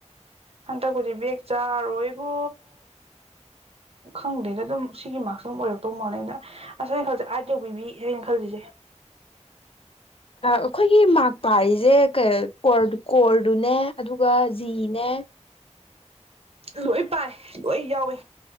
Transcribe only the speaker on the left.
ꯑꯩꯈꯣꯏꯒꯤ ꯃꯥꯥꯛ ꯄꯔꯤꯁꯦ ꯀꯣꯔ ꯀꯣꯔꯗꯨꯅꯦ ꯑꯗꯨꯒ ꯖꯤꯅꯦ